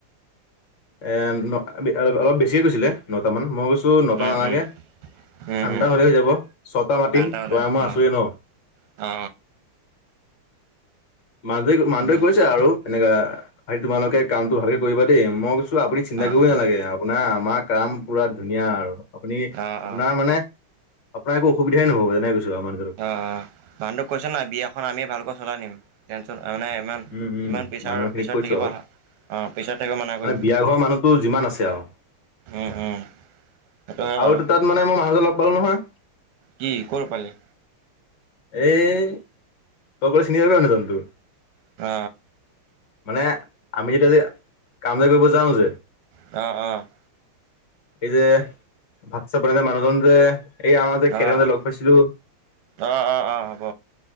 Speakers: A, on the left; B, on the right.
A: এ অলপ বেছিয়ে কৈছিলে নট মান মই কৈছোঁ নটা
B: উম,
A: নালাগে
B: উম, উম,
A: ঠণ্ডা
B: উম,
A: হলে হৈ যাব ছটা মাতিম
B: আঠটা হ'লে
A: তই
B: হৈ যাব
A: মই আছোৱেই ন
B: অ
A: মানদ মানদে
B: উম,
A: কৈছে আৰু সেনেকা হ তোমালোকে কামটো ভালকে কৰিবা দেই মই কৈছো আপুনি চিন্তা
B: অ',
A: কৰিবই
B: অ',
A: নালাগে আপোনাৰ আমাৰ কাম পুৰা ধুনীয়া আৰু আপুনি আপোনাৰ
B: অ', অ', অ',
A: মানে আপোন একো অুবিধাই নহবনোইৈছ আ মান
B: অ ভানদোক কৈছে নয় বিয়াখন আমিে ভালকৈ চলাই নিম টেনচন মানে ইমান
A: উম উম
B: ইমান পিছাৰ
A: মানুহখিনিক
B: পিছত
A: কৈছো
B: থাকিবা
A: আৰু
B: অ পিছত থাকিব মানা কৰিবি
A: মানে বিয়া ঘৰৰ মানুহতো যিমান আছে আৰু
B: উম উম সেইটো হয়
A: আৰু
B: বাৰু।
A: তাতানে মানুহজন লগ পালো নহয়
B: কি ক'ৰ পালে
A: এই ত কলে চিনিিবি আনিদন্তু
B: অ
A: মানে আমি যেতিয়া যে কাম যে কৰিব যাওঁ যে
B: অ', অ',
A: এই যে ভাত চাত বনাইে মানুহজন যে এই আমাৰ যে
B: অ',
A: কেৰেমতে লগ পাইছিলো
B: অ অ অ হ'ব